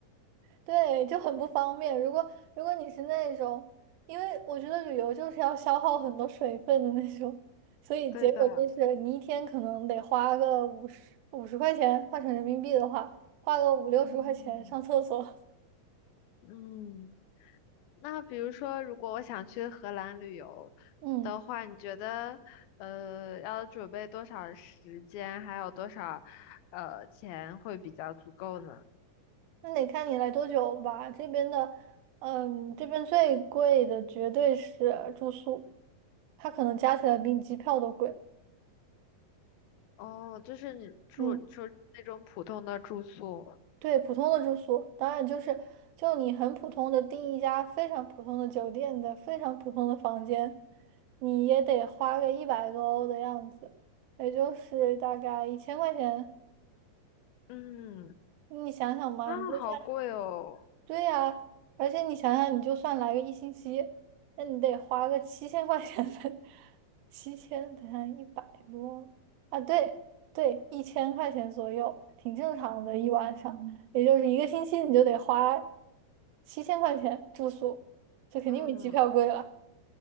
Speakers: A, on the right; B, on the left.
A: 对，就很不方便。如果如果你是那种，因为我觉得旅游就是要消耗很多水分的那种，所以结果就是你一天可能得花个五十五十块钱，
B: <laughs> 对的，
A: 换成人民币的话，花个五六十块钱上厕所。
B: 嗯嗯，那比如说，如果我想去荷兰旅游的话，
A: 嗯，
B: 你觉得呃要准备多少时间，还有多少呃钱会比较足够呢？
A: 那得看你来多久吧。这边的，嗯，这边最贵的绝对是住宿，它可能加起来比你机票都贵。
B: 哦，就是你住你说那种普通的住宿，
A: 嗯。对，普通的住宿，当然就是就你很普通的订一家非常普通的酒店的非常普通的房间，你也得花个一百多欧的样子，也就是大概一千块钱。
B: 嗯，
A: 你想想嘛，
B: 那好贵哦，
A: 你就算对呀、而且你想想，你就算来个一星期，那你得花个七千块钱才 <laughs> 七千等下一百多啊，对对，一千块钱左右，挺正常的，一晚上。也就是一个星期你就得花七千块钱住宿，这肯定比机票贵了。
B: 嗯，